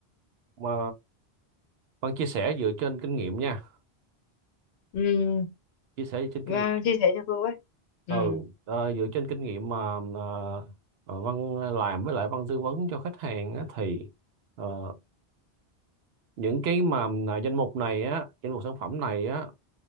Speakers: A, on the right (about 70°); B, on the left (about 70°).
A: mà văn chia sẻ dựa trên kinh nghiệm nha
B: Ừm,
A: chia sẻ dựa trên kinh
B: à,
A: nghiệm
B: chia sẻ cho Phương với
A: ừ
B: Ừm,
A: ờ, dựa trên kinh nghiệm mà ờ, ờ, văn làm với lại văn tư vấn cho khách hàng á, thì ờ, những cái mà là danh mục này á danh mục sản phẩm này á